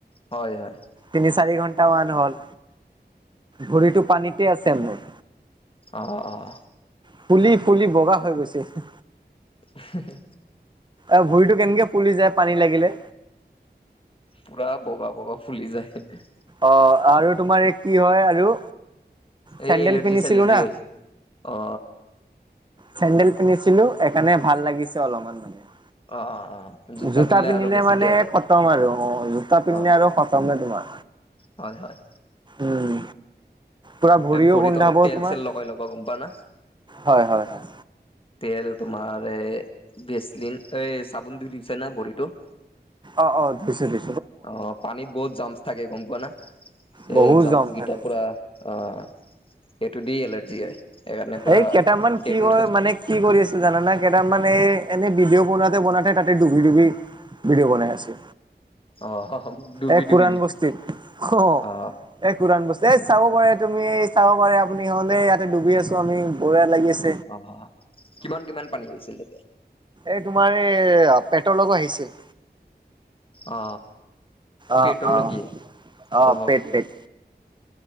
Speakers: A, on the left; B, on the right.
A: হয় হয়
B: তিনি চাৰি ঘন্টামান হ'ল ভৰিটো পানীতে আছে মোৰ
A: অ অ
B: ফুলি ফুলি বগা হৈ গৈছে হে হে
A: এহে হে
B: এ ভৰিতো কেনেকে ফুলি যায় পানী লাগিলে
A: পুৰা বগা বগা ফুলি যায় হে এ।
B: অ আৰু তোমাৰ এই কি হয় আৰু চেন্দেল
A: এই এলাৰ্জি
B: পিন্ধিছিলো
A: চেলাৰ্জি
B: না
A: হয় যে অ
B: চেণ্ডেল পিন্ধিছিলো সেকাৰণে ভাল লাগিছে অলপমান মানে।
A: অ অ অ
B: জোতা পিন্ধিলে
A: আৰু বেছিকে
B: মানে
A: হয়
B: খতম আৰু অ জোতা পিন্ধিলে
A: অ
B: আৰু খতমে তোমাৰ
A: হয় হয়
B: উম পুৰা ভৰিও
A: এই ভৰিত
B: গোন্ধাব
A: অলপ তেল
B: তোমাৰ
A: চেল লগাই ল'বা গম পা না
B: হয় হয় হয়
A: তেল তোমাৰ এ ভেচলিন এই চাবোন দি দিছে না ভৰিটো
B: অ অ দিছো দি
A: অ পানী বহুত জমচ থাকে গম পোৱা না
B: বহুত
A: এই জমচ
B: জম
A: গেইটাৰ
B: থাকে
A: পৰা অ সেইটো দি এলাৰ্জি হয় সেইকাৰণে পুৰা
B: এই কেইটামান
A: ডেটল
B: কি হয় মানে কি কৰি আছো জানানে কেইটামান এই এনে ভিডিঅ' বনোৱাতে বনোৱাতে তাতে ডুবি ডুবি ভিডিঅ' বনাই আছে
A: অ ডুবি
B: এই
A: ডুবি
B: কোৰান
A: নেকি
B: বস্তিত অহ
A: অ
B: এ কুৰান বস্তু এ চাব পাৰে তুমি এই চাব পাৰে আপুনি হলে ইয়াতে ডুবি আছো আমি ভয় লাগি আছে
A: অ কিমান কিমান পানী হৈছিল তেতিয়া?
B: এ তোমাৰ এই পেটলকো আহিছিল
A: অ
B: অঁ,
A: পেটলৈকে
B: অঁ, আহ
A: অ
B: পেট-পেট।